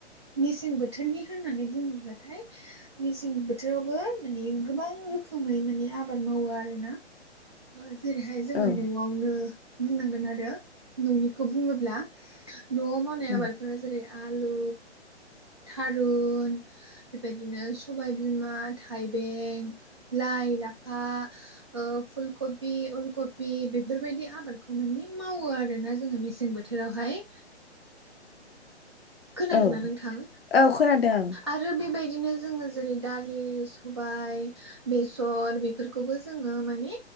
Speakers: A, on the right; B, on the left.
A: मेसें बोथोरनि होननानै बुङोब्लाथाय। मेसें बोथोरावबो माने गोबां रोखोमै माने आबाद मावो आरोना ओ जेरैहाय जोङो
B: औ
A: न'वावनो बुंना गोन आरो न'निखौ बुङोब्ला न'वाव मावनाय
B: उम,
A: आबादफोरा जेरै आलु, थारुन बेबायदिनो सबाय बिमा, थाइबें, लाइ-लाफा ओ फुलकबि अलकबि बेफोरबायदि आबादखौ। माने मावो आरोना जोङो मेसें बोथोरावहाय। खोनादोंना
B: औ
A: नोंथां
B: औ खोनादों आं
A: आरो बेबायदिनो जोङो जेरै दालि सबाय बेसर बेफोरखौबो जोङो माने